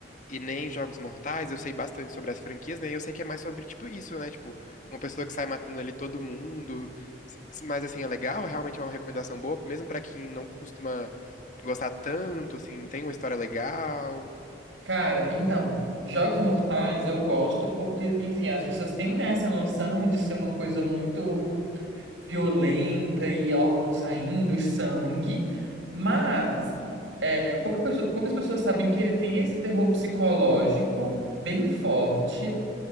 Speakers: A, on the left; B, on the right.
A: e nem Jogos Mortais, eu sei bastante sobre as franquias, né? E eu sei que é mais sobre, tipo, isso, né? Tipo, uma pessoa que sai matando ali todo mundo. S- s- Mas, assim, é legal, realmente é uma recomendação boa, mesmo pra quem não costuma gostar tanto, assim, tem uma história legal.
B: Cara, então, Jogos Mortais eu gosto porque, enfim, as pessoas têm né, essa noção de ser uma coisa muito violenta e órgão saindo e sangue, mas é, pouca pessoa- poucas pessoas sabem que ele tem esse terror psicológico bem forte